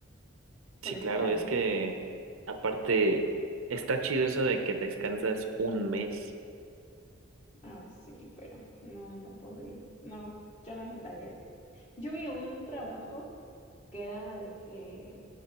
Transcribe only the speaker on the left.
por
estar
ahí.
Ah, sí, pero no, no podría. No, yo no aceptaría ese. Yo vi un trabajo que era de que,